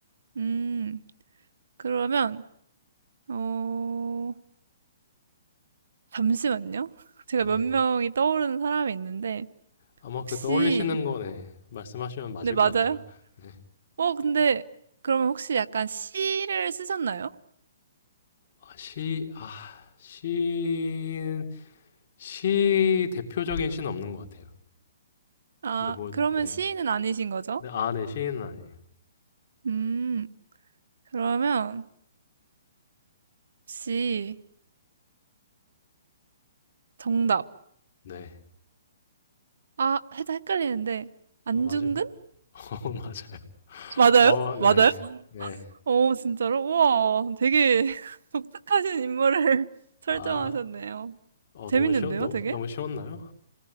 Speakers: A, on the right; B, on the left.
A: 음. 그러면 어 잠시만요. <laughs> 제가
B: 네,
A: 몇 명이 떠오르는 사람이 있는데
B: 아마
A: 혹시
B: 그 떠올리시는 거 네, 말씀하시면 맞을
A: 네, 맞아요?
B: 것 같아요. 네,
A: 어, 근데 그러면 혹시 약간 시를 쓰셨나요?
B: 아, 시, 아, 시인, 시 대표적인 시는 없는 것 같아요.
A: 아,
B: 근데 뭐,
A: 그러면
B: 네,
A: 시인은 아니신 거죠?
B: 네, 아, 네, 시인은 아니에요.
A: 음. 그러면 혹시 정답.
B: 네,
A: 아, 살짝 헷갈리는데 안중근?
B: 아, 맞아요. <laughs> 어, 맞아요.
A: 맞아요?
B: 어, 네,
A: 맞아요?
B: 네,
A: 어, 진짜로? 우와, 되게 <laughs> 독특하신 인물을 <laughs> 설정하셨네요.
B: 아, 어,
A: 재밌는데요,
B: 너무 쉬워, 너무,
A: 되게?
B: 너무 쉬웠나요?